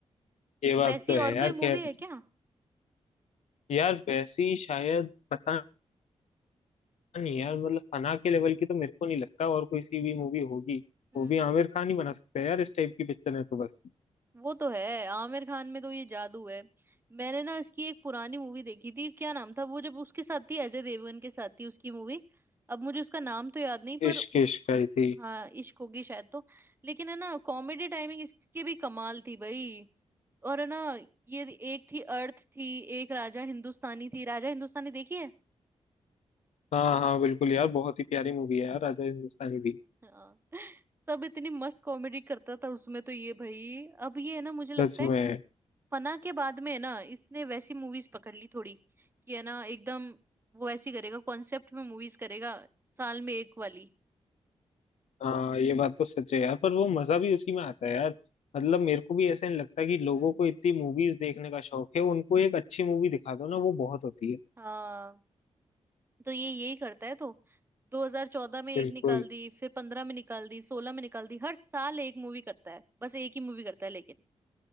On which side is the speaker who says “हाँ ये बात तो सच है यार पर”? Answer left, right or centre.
Left